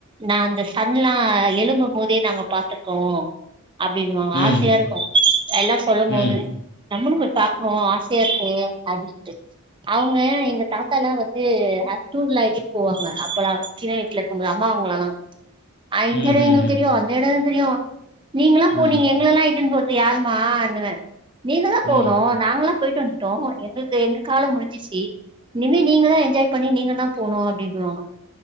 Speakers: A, on the right (about 20°); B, on the left (about 50°).
A: நா அந்த சன்லா எலும்பு மோதே நாங்க பாத்துருக்கோ அப்படின் வாங்க
B: ம்
A: ஆசையா இருக்கு எல்லா சொல்லும்போது
B: ம் ம்
A: நம்மளு போய் பாக்கணு ஆசையா இருக்கு அப்படின்ட்டு அவங்க எங்க தாத்தா எல்லா வந்து டூர்ல அலைச்சுட்டு போவாங்க அப்பல்லா வ சின்ன வயிசுல இருக்கும்போது அம்மா அவங்களல்லா ஆ
B: ம்,
A: இந்த
B: ம்,
A: எடோ
B: ம்.
A: எங்களுக்கு தெரியு அந்த எடோ தெரியு நீங்களா
B: ம்,
A: போனீங்க எங்களல்லா இட்டு போ யாருமானுவ நீங்க தா
B: ம்,
A: போனு நாங்களல்லா போயிட்டு வந்துட்டோ எங்களுக்கு எங்க காலோ முடிஞ் ஜிசி இனிமே நீங்க தா என்ஜாய் பண்ணி நீங்க தா போனு அப்படின்னு வாங்க